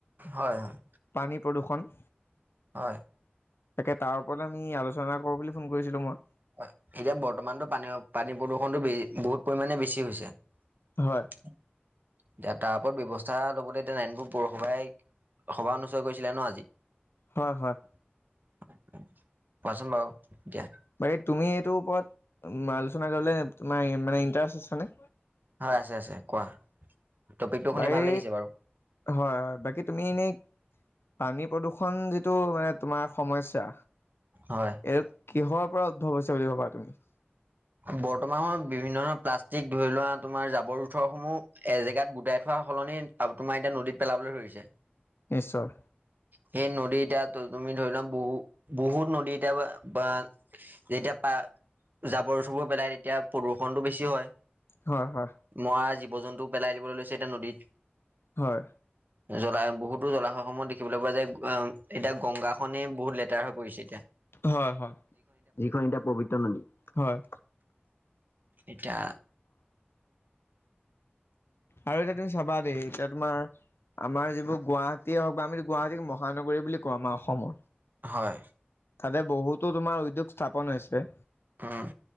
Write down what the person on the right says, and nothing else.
হয় হয়।
হয়।
হয় এতিয়া বৰ্তমানতো পানীৰ পানী প্ৰদূষণতটো বে বহুত পৰিমাণে বেছি হৈছে।
এতিয়া তাৰ ওপৰত ব্যৱস্থা ল'বলৈ এতিয়া নাৰায়ণপুৰ পৌৰসভাই সভা অনুস্থিত কৰিছিলে ন' আজি।
কোৱাচোন বাৰু এতিয়া।
হয় আছে আছে কোৱা। টপিকটো
শুনি ভাল লাগিছে বাৰু
হয়।
বৰ্তমান সময়ত বিভিন্ন ধৰণৰ প্লাষ্টিক ধৰি লোৱা তোমাৰ জাবৰ জোথৰ সমূহ এজেগাত গোটাই থোৱা সলনি আব তোমাৰ এতিয়া নদীত পেলাবলৈ ধৰিছে।
সেই নদী এতিয়া ত তুমি ধৰি লোৱা বহু বহুত নদী এতিয়া বা, বা যেতিয়া পা জাবৰ জোথৰ বোৰ পেলায় তেতিয়া প্ৰদূ্ষণটো বেছি হয়।
মৱা জীৱ জন্তুও পেলাই দিবলৈ লৈছে এতিয়া নদীত।
জ্বলাই বহুতো জলাশয় সমূহ দেখিবলৈ পোৱা যায় অ' এতিয়া গংগাখনেই বহুত লেতেৰা হৈ পৰিছে এতিয়া।
এতিয়া
হয়।
উম!